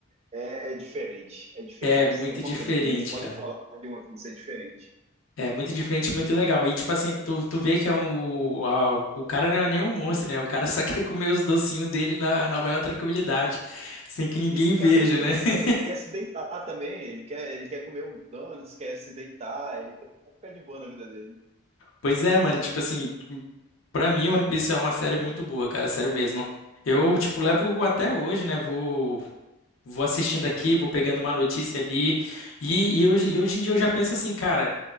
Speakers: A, on the right (about 30°); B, on the left (about 70°).
A: é, é diferente, é diferente.
B: é muito
A: Se tem uma
B: diferente,
A: coisa que a gente pode
B: cara.
A: falar de One Piece, é diferente.
B: É muito diferente, muito legal. E tipo assim, tu, tu vê que é um, o, a- o cara não é nem um monstro, né? O cara só <laughs> quer comer os docinhos dele na, na maior tranquilidade, sem que ninguém
A: E ficar
B: veja,
A: tranquilo,
B: né?
A: ele
B: <laughs>
A: quer, ele quer se deitar também, ele quer, ele quer comer um donuts, quer se deitar, ele quer ficar de boa na vida dele.
B: Pois é, mano, tipo assim, pra mim One Piece é uma série muito boa, cara, sério mesmo. Eu, tipo, levo até hoje, né? Vou, vou assistindo aqui, vou pegando uma notícia ali. E, e hoje, e hoje em dia eu já penso assim, cara.